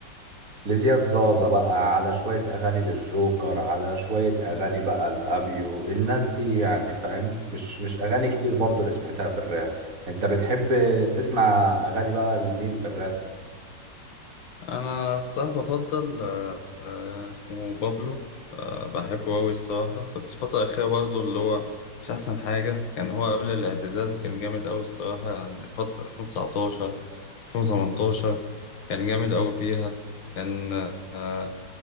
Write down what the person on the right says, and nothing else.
لزياد زازا بقى على شوية أغاني للجوكر على شوية أغاني بقى الأبيو الناس دي يعني فاهم مش مش أغاني كتير برضو اللي سمعتها في الراب أنت بتحب تسمع أغاني بقى لمين في الراب